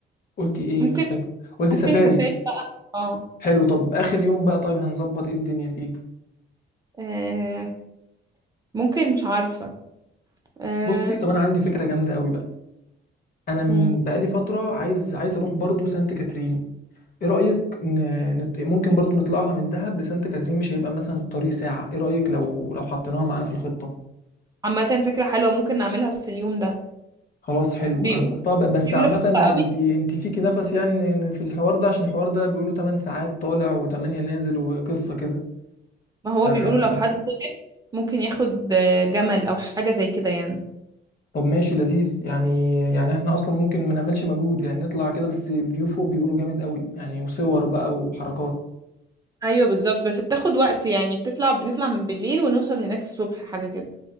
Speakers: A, on the left (about 50°); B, on the right (about 20°).
A: قلت ايه
B: ممكن
A: مش فاكر قلت
B: ممكن
A: سفاري
B: السفاري بقى اه
A: حلو طب اخر يوم بقى طيب هنظبط ايه الدنيا فيه
B: آه، ممكن مش عارفة آه.
A: بصي طب انا عندي فكره جامده قوي بقى انا من-
B: مم.
A: بقالي فتره عايز عايز اروح برضو سانت كاترين ايه رايك ن- نت- ممكن برضو نطلعها من دهب لسانت كاترين مش هيبقى مثلا الطريق ساعه ايه رايك لو لو حطيناها معانا في الخطه
B: عامة فكرة حلوة ممكن نعملها في اليوم ده
A: خلاص حلو
B: بيقول
A: هنحطها ب- بس
B: بيقولوا
A: عامه
B: حلوة
A: انت
B: قوي
A: انت فيكي نفس يعني في الحوار ده عشان الحوار ده بيقولوا 8 ساعات طالع و8 نازل وقصه كده
B: ما هو
A: آه،
B: بيقولوا لو حد ممكن ياخد آه، جمل او حاجة زي كده يعني
A: طب ماشي لذيذ يعني يعني احنا اصلا ممكن ما نعملش مجهود يعني نطلع كده بس فيو فوق بيقولوا جامد قوي يعني وصور بقى وحركات
B: ايوه بالظبط بس بتاخد وقت يعني بتطلع بنطلع من بالليل ونوصل هناك الصبح حاجه كده